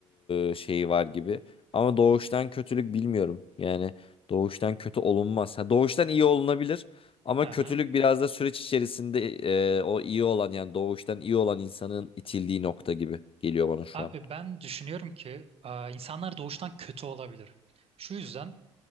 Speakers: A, on the left; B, on the right.
A: e, şeyi var gibi. Ama doğuştan kötülük bilmiyorum. Yani doğuştan kötü olunmaz. Ha, doğuştan iyi olunabilir ama
B: Hı hı.
A: kötülük biraz da süreç içerisinde e, o iyi olan yani doğuştan iyi olan insanın itildiği nokta gibi geliyor bana şu
B: Abi
A: an.
B: ben düşünüyorum ki e, insanlar doğuştan kötü olabilir. Şu yüzden